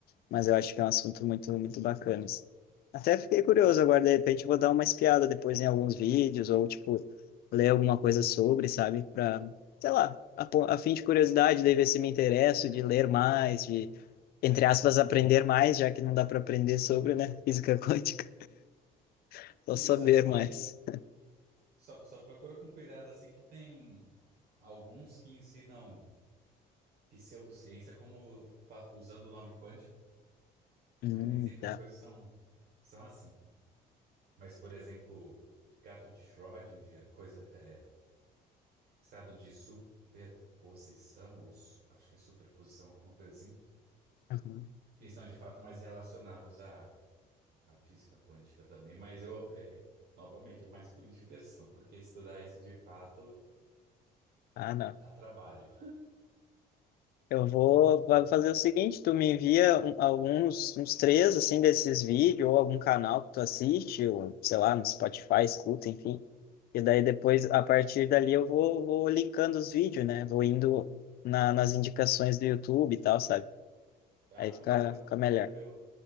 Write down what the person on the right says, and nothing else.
Isso.
É,
é bom.
Isso,
assim,
tem. Só, só procura com cuidado, assim, que tem alguns que ensinam pseudociência como fa- usando o nome quântico,
mas nem sempre
as coisas são, são assim. Mas, por exemplo, gato de Schrödinger, coisa, é, estado de superposição, ou su- acho que é superposição, alguma coisa assim.
que estão de fato mais relacionados à, à física quântica também, mas eu, <laughs> é, novamente, é mais por diversão, porque estudar isso de fato
dá trabalho.
Ah,
combinado,
tranquilo.